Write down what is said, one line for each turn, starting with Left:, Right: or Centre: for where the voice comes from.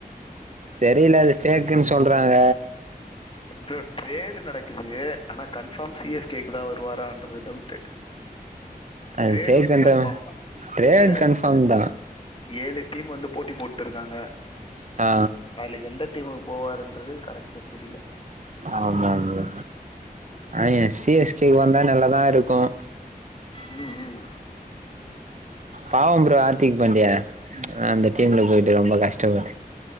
Right: தெரியல அது ஃபேக்னு சொல்றாங்க
Left: ப்ரோ ட்ரேடு நடக்குது ஆனா கன்ஃபார்ம் சி எஸ் கே க்கு தா வருவாரான்றது டவுட்
Right: அது
Left: ட்ரேடு
Right: ஃபேக்குன்ற
Left: வந்து கன்ஃபார்ம் தா
Right: ட்ரேட்
Left: இல்ல இல்ல
Right: கன்ஃபார்ம் தா
Left: ஏழு டீம் வந்து போட்டி போட்டுட்ருக்காங்க
Right: ஆ
Left: அதுல எந்த டீமுக்கு போவாருன்றது கரெக்டா தெரில
Right: ஆமாங்க ஆன சி எஸ் கே க்கு வந்தா நல்லாதா இருக்கும்
Left: ம் ம்
Right: பாவம் ப்ரோ ஹார்த்திக் பாண்டியா அந்த டீம்ல போயிட்டு ரொம்ப கஷ்டப்படு